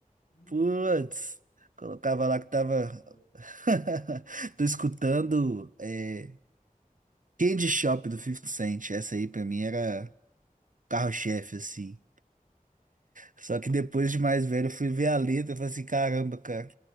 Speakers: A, on the left; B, on the right.
A: Uhum.
B: Putz, colocava
A: Putz,
B: lá que
A: que
B: tava.
A: nostalgia.
B: <laughs> Tô escutando é, Candy Shop do 50 Cent. Essa aí pra mim era. carro-chefe, assim. Só que depois de mais velho, eu fui ver a letra e falei assim, caramba, cara,